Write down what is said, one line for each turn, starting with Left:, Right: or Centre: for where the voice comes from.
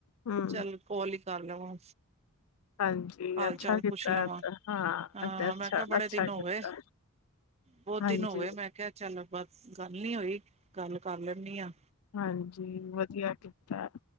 Left: ਹਮ
Right: ਚੱਲ ਕੌਲ ਈ ਕਰ ਲਵਾ।
Left: ਹਾਂਜੀ
Right: ਹਾਲ-ਚਾਲ
Left: ਅੱਛਾ ਕੀਤਾ
Right: ਪੁੱਛ ਲਵਾਂ,
Left: ਹੈ ਤਾਂ।
Right: ਹਾਂ
Left: ਤੇ ਅੱਛਾ
Right: ਮੈਂ ਕਿਹਾ ਬੜੇ
Left: ਅੱਛਾ
Right: ਦਿਨ ਹੋ
Left: ਕੀਤਾ
Right: ਗਏ। ਬਹੁਤ
Left: ਹਾਂਜੀ
Right: ਦਿਨ ਹੋਗੇ, ਮੈਂ ਕਿਹਾ ਚੱਲ ਬਸ ਗੱਲ ਨੀ ਹੋਈ, ਗੱਲ ਕਰ ਲੈਂਨੀ ਆ।
Left: ਹਾਂਜੀ, ਵਧੀਆ ਕੀਤਾ।